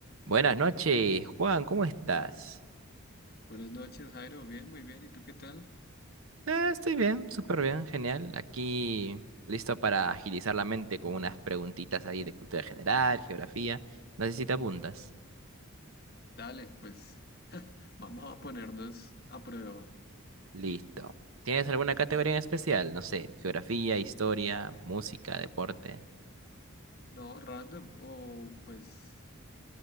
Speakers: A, on the right; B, on the left.
A: Buenas noches, Juan, ¿cómo estás?
B: Buenas noches, Jairo. Bien, muy bien. ¿Y tú qué tal?
A: Ah, estoy bien, súper bien, genial. Aquí listo para agilizar la mente con unas preguntitas ahí de cultura general, geografía. No sé si te apuntas.
B: Dale, pues <laughs> vamos a ponernos a prueba.
A: Listo. ¿Tienes alguna categoría en especial? No sé, geografía, historia, música, deporte.
B: No, random o pues